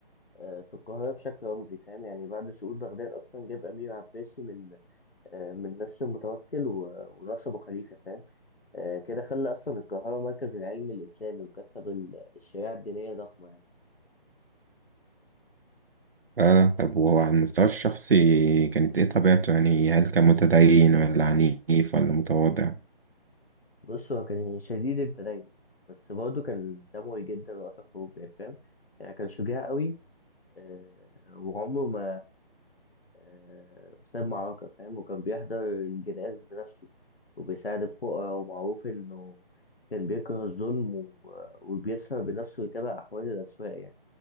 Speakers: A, on the left; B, on the right.
A: آه في القاهرة بشكل رمزي فاهم يعني بعد سقوط بغداد أصلا جاب أمير عباسي من آه، من نسل متوكل و- ونصبه خليفة فاهم آه، كده خلى أصلا القاهرة مركز العلم الإسلامي وكسب ال- الشريعة الدينية ضخمة يعني
B: آه طب وهو على المستوى الشخصي كانت إيه طبيعته يعني هل كان متدين ولا عنيف ولا متواضع؟
A: بص هو كان شديد التدين بس برضه كان دموي جدا وقت الحروب يعني فاهم يعني كان شجاع قوي آه، وعمره ما آه، ساب معركة فاهم وكان بيحضر الجنائز بنفسه وبيساعد الفقراء ومعروف إنه كان بيكره الظلم و- وبيسهر بنفسه ويتابع أحوال الأسواق يعني